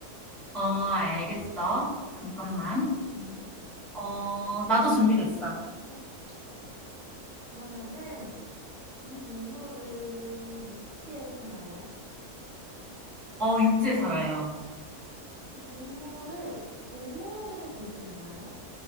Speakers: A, in the centre; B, on the right.
A: 어, 알겠어. 잠깐만.
B: 음?
A: 어, 나도 준비됐어.
B: 음, 그래. 그러면은 이 동물은 육지에 사나요?
A: 어, 육지에 살아요.
B: 이 동물을 동물원에서 볼 수 있나요?